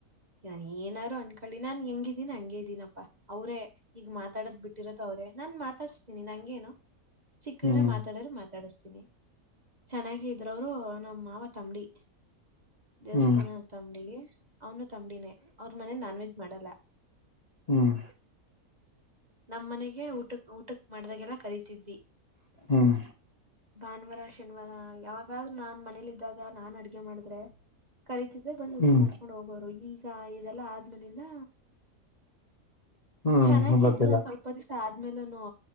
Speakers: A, on the right (about 35°); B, on the left (about 30°).
A: ನ ಏನಾರು ಅನ್ಕಳಿ ನಾನ್ ಹೆಂಗಿದ್ದೀನ ಹಂಗಗೆ ಇದ್ದೀನಪ್ಪಾ ಅವರೇ ಈಗ ಮಾತಾಡದ್ ಬಿಟ್ಟಿರೋದು ಅವ್ರೆ ನಾನ್ ಮಾತಾಡಿಸತೀನಿ ನಂಗೇನು ಸಿಕ್ಕಿದ್ರೆ
B: ಹ್ಮ್
A: ಮಾತಾಡ್ರರು ಮಾತ ಡಸ್ತೀನಿ ಚೆನ್ನಾಗ ಇದ್ರೋರು ನಮ್ಮ ಮಾವ ತಂಬಡಿ ದೇವಸ್ಥಾನ
B: ಹ್ಮ್
A: ತಂಬಡಿಗೆ ಅವ್ನು ತಂಬಡಿನೇ ಅವ್ರ ಮನೆ ನಾನ್ ವೆಜ್ ಮಾಡಲ್ಲ
B: ಹ್ಮ್
A: ನಮ್ಮ್ ಮನೆಗೆ ಊಟ ಊಟಕ್ ಮಾಡ್ದಾಗೆಲ್ಲ ಕರಿತಿದ್ವಿ
B: ಹ್ಮ್
A: ಭಾನುವಾರ ಶನಿವಾರ ಯಾವಾಗ್ೂ ನಾನ್ ಮನೇಲಿಿದ್ದಾಗ ನಾನನ್ ಅಡ ಗೆ ಮಾಡಿದ್ರೆ ಕರೀತಿದ್ರೆ ಬಂದ್
B: ಹ್ಮ್
A: ಊಟ ಮಾಡ್ಕೊಂಡ್ ಹೋಗೋರು ಈಗ ಇದೆಲ್ಲಾ ಆದ್ಮೇಲಿಂದ
B: ಹ್ಮ್
A: ಚೆನ್ನಾಗಿದ್ರು
B: ಗೊತ್ತಿಲ್ಲ
A: ಒಂದ ಸ್ವಲ್ಪ ದಿವಸ ಆದ ಆದ್ಮೇಲನು